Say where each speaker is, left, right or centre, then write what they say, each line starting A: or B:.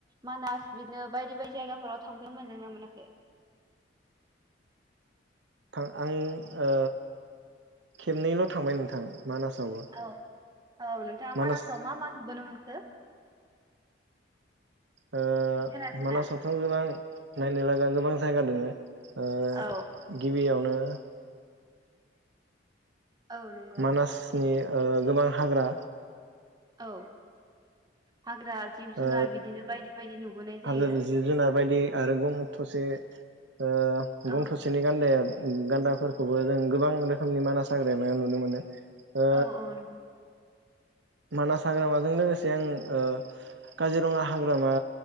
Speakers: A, on the right; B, on the right.
A: मानास बिदिनो बायदि बायदि जायगाफोराव थांफै मोनदोंना मोनाखै
B: थां आं ओ खेबनैल थांबाय नोंथां मानासावबो
A: औ औ नोंथाङा
B: मानास
A: मानासाव मा मा नुबोनो मोनखो
B: ओ
A: खोनादोंना?
B: मानासावथां रां नायनो लागा गोबां जायगा दोङो ओ
A: औ
B: गिबियाव ओ
A: औ नंगौ
B: मानासनि ओ गोबां हाग्रा
A: औ हाग्रा जिब जुनार
B: ओ
A: बिदिनो बायदि बायदि नुबोनाय जायो
B: हाजो जिब जुनार बायदि आरो गं थसे ओ
A: औ
B: गं थसेनि गान्दाया उम गान्दाफोरखौबो जों गोबां रोखोमनि मानास हाग्रामायाव नुनो मोनो। ओ
A: औ औ नोंगौ
B: मानास हाग्रामाजों लोगोसे आं ओ काजिरङा हाग्रामा